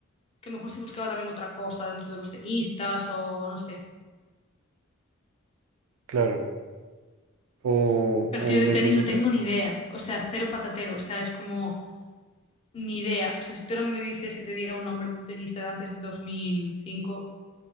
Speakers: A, on the left; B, on the right.
A: que a lo mejor si buscaba también otra cosa dentro de los tenistas o no sé.
B: claro, o,
A: Claro, Es que yo
B: o
A: de
B: me
A: tenis
B: preguntas,
A: no tengo ni idea. O sea, cero patatero. O sea, es como ni idea. O sea, si tú no me dices que te diga un nombre de un tenista de antes del 2005